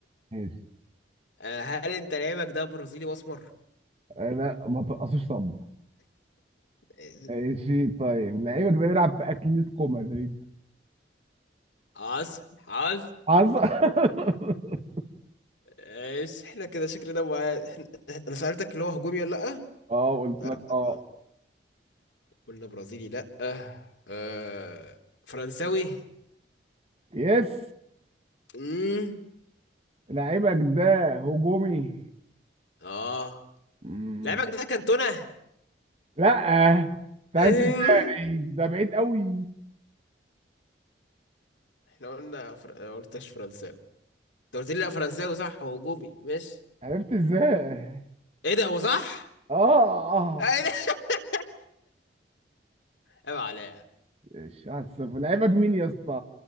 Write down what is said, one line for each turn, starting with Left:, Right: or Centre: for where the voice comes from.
Right: ماشي
Left: <laughs> آه هل انت لعيبك ده برازيلي واسمر؟
Right: انا ما ترقصيش طب
Left: آه،
Right: ماشي طيب لعيبك ده بيلعب في اتلتيكو مدريد
Left: حصل حصل
Right: حصل <laughs>
Left: ايش احنا كده شكلنا مع... احنا... انا سألتك اللي هو هجومي ولا لأ
Right: اه قلت
Left: سألتك
Right: لك اه
Left: اه قلنا برازيلي لأ آه... فرنساوي
Right: يس
Left: امم
Right: لعيبك ده هجومي
Left: اه
Right: مم.
Left: لعبك ده كانتونا
Right: لا انت عرفت
Left: أمم.
Right: ازاي ده بعيد قوي
Left: <laughs> احنا قلنا فر... آه، قلتش فرنساوي انت قلت لي لأ فرنساوي صح هو هجومي ماشي
Right: عرفت ازاي
Left: ايه ده هو صح
Right: اه اه
Left: ايه ده <laughs> عيب عليا
Right: ماشي، واحد صفر لعيبك مين يا اسطى